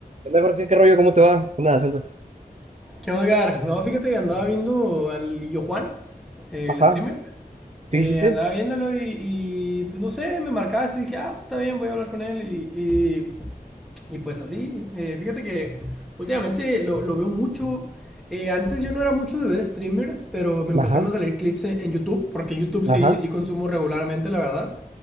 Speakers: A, on the right; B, in the centre.
A: Hola, Jorge, ¿qué rollo? ¿Cómo te va? Nada, siento-
B: ¿Qué onda, Edgar? No, fíjate que andaba viendo al Lillo Juan, eh,
A: Ajá,
B: el streamer. Eh,
A: sí, sí, sí.
B: andaba viéndolo y, y, pues no sé, me marcaste y dije, ah, pues está bien, voy a hablar con él. y y pues así, eh, fíjate que últimamente lo, lo veo mucho. Eh, antes yo no era mucho de ver streamers, pero me empezaron
A: Ajá,
B: a salir clips en, en YouTube, porque YouTube
A: ajá.
B: sí, sí consumo regularmente, la verdad.